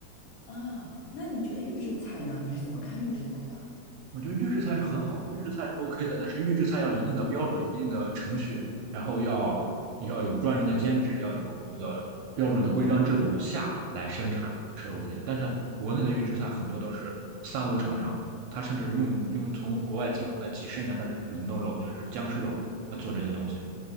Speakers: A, on the left; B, on the right.
A: 啊，那你觉得预制菜呢？你是怎么看预制菜的啊
B: 我觉得预制菜是很好的，预制菜是 OK 的，但是预制菜要一定的标准、一定的程序，然后要要有专人的监制，要有这个标准的规章制度下来生产是 OK 的。但是国内的预制菜很多都是三无厂商，他甚至用用从国外进口的几十年的冷冻肉，就是僵尸肉，来做这些东西。